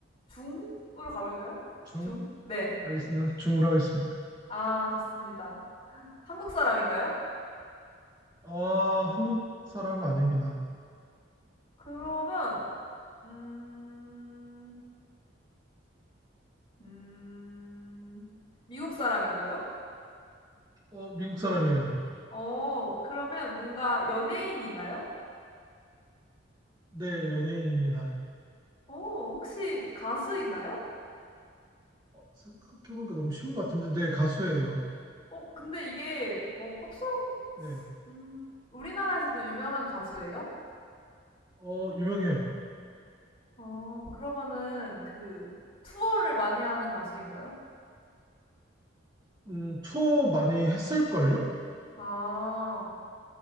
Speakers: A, on the left (about 30°); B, on the right (about 25°).
A: 중으로 가볼까요?
B: 중?
A: 중? 네.
B: 알겠습니다. 중으로 하겠습니다.
A: 아, 좋습니다. 한국 사람인가요?
B: 어, 한국 사람 아닙니다.
A: 그러면, 음, 음, 미국 사람인가요?
B: 어, 미국 사람이에요.
A: 어, 그러면 뭔가 연예인인가요?
B: 네, 연예인입니다.
A: 어, 혹시 가수인가요?
B: 어, 생각해보니까 너무 쉬운 것 같은데, 네, 가수예요.
A: 어, 근데 이게, 어, 팝송,
B: 네.
A: 음, 우리나라에서도 유명한 가수예요?
B: 어, 유명해요.
A: 어 그러면은 그 투어를 많이 하는 가수인가요?
B: 음, 투어 많이 했을걸요?
A: 아